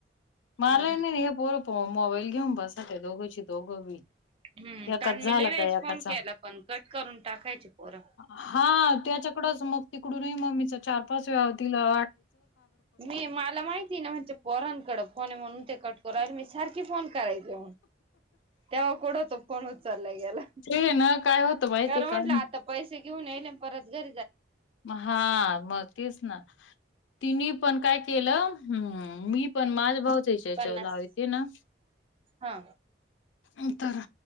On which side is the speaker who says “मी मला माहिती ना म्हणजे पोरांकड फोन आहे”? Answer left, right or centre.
Right